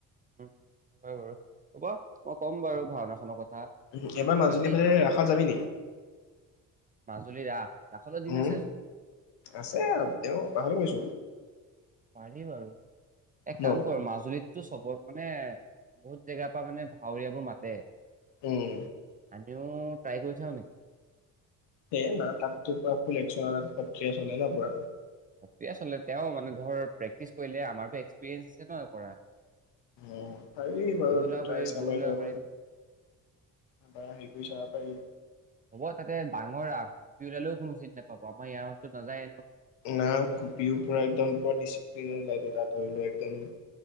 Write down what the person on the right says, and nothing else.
উম, হয় বাৰু হ'ব, মই ক'ম বাৰু ভাওনাখনৰ কথা।
বাকী
মাজুলীৰ ৰাস, ৰাসলৈ দিন
আছেচোন।
পাৰি বাৰু, এক
কাম কৰ মাজুলীত টো সবত মানে বহুত জেগাৰ পৰা মানে ভাৱৰীয় বোৰ মাতে।
আমিও ট্ৰাই কৰি চাওঁ নি?
প্ৰক্ৰিয়া চলে, তেওঁ মানে ধৰ প্ৰেক্টিচ কৰিলে আমাৰতো এক্সপিৰিয়েঞ্চ আছে ন কৰা।
তইও ওলাব
পাৰিবি
ময়ো
ওলাব
পাৰিম
হ'ব তাতে ডাঙৰ ৰাস গোপি ওলালেও কোনো চিনি নাপাব, আমাৰ ইয়াৰে মানুহটো নাযায়ে ন।